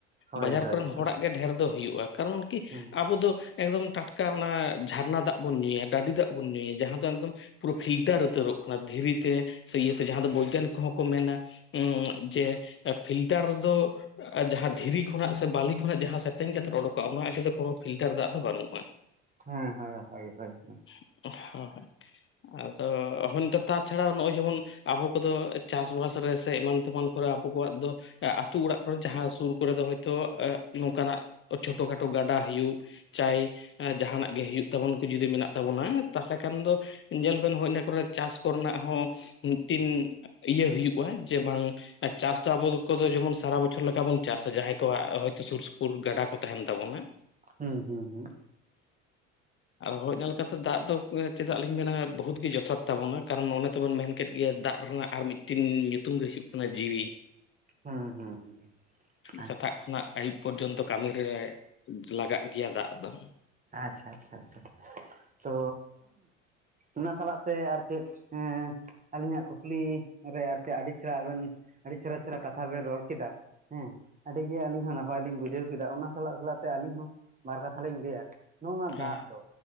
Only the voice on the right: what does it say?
ᱦᱳᱭ
ᱦᱳᱭ
ᱦᱳᱭ
ᱦᱩᱸ
ᱦᱮᱸ ᱦᱳᱭ ᱦᱳᱭ ᱦᱳᱭ
ᱦᱩᱸ ᱦᱩᱸ ᱦᱩᱸ
ᱦᱩᱸ ᱦᱩᱸ ᱦᱩᱸ ᱟᱪᱪᱷᱟ
ᱟᱪᱪᱷᱟ ᱟᱪᱪᱷᱟ ᱟᱪᱪᱷᱟ ᱛᱚ ᱚᱱᱟ ᱥᱟᱞᱟᱜ ᱛᱮ ᱟᱨ ᱪᱮᱫ ᱮᱸ ᱟᱹᱞᱤᱧᱟᱜ ᱠᱩᱠᱞᱤ ᱨᱮ ᱟᱨᱪᱮ ᱟᱹᱰᱤ ᱪᱮᱦᱨᱟ ᱵᱮᱱ ᱟᱹᱰᱤ ᱪᱮᱦᱨᱟ ᱪᱮᱦᱨᱟ ᱠᱟᱛᱷᱟ ᱵᱮᱱ ᱨᱚᱲ ᱠᱮᱫᱟ ᱦᱮᱸ ᱟᱹᱰᱤᱜ ᱟᱹᱞᱤᱧ ᱦᱚᱸ ᱱᱟᱯᱟᱭ ᱞᱤᱧ ᱵᱩᱡᱷᱟᱹᱣ ᱠᱮᱫᱟ ᱚᱱᱟ ᱥᱟᱞᱟᱜ ᱥᱟᱞᱟᱜ ᱛᱮ ᱟᱹᱞᱤᱧ ᱦᱚᱸ ᱵᱟᱨ ᱠᱟᱛᱷᱟ ᱞᱤᱧ ᱞᱟᱹᱭᱟ ᱱᱚᱜᱼᱚ ᱱᱚᱣᱟ
ᱫᱟᱜ ᱫᱚ